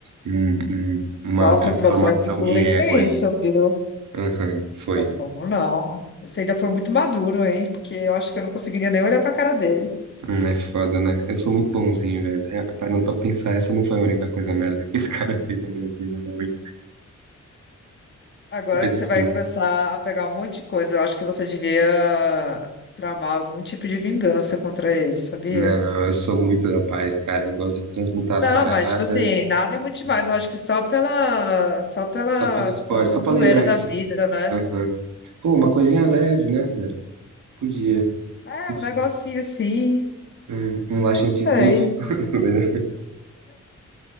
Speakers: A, on the right; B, on the left.
A: um- um- uma
B: Nossa,
A: transformação
B: o processo de cura
A: de
B: é
A: ego
B: intenso,
A: ali.
B: viu?
A: Aham, foi.
B: Mas como não? Você ainda foi muito maduro, hein? Porque eu acho que eu não conseguiria nem olhar pra cara dele.
A: Hum, é foda, né? Eu sou muito bonzinho, velho. É, parando pra pensar, essa não foi a única coisa merda que esse cara <laughs> fez na minha vida, não, hein?
B: Agora
A: Mas
B: você
A: enfim,
B: vai começar a pegar um monte de coisa. Eu acho que você devia tramar algum tipo de vingança contra ele, sabia?
A: não, eu sou muito da paz, cara. Eu gosto de transmutar
B: Não,
A: as paradas,
B: mas tipo assim, nada é muito demais.
A: né?
B: Eu acho que só pela, só pela
A: só pelo esporte,
B: toda a
A: só
B: zoeira
A: pra lembrar
B: da
A: ele.
B: vida, né?
A: Aham. Pô, uma coisinha leve, né, velho? Podia,
B: É,
A: podia.
B: um negocinho assim.
A: Hum, Um laxantezinho.
B: Não sei.
A: <laughs> Zoeira.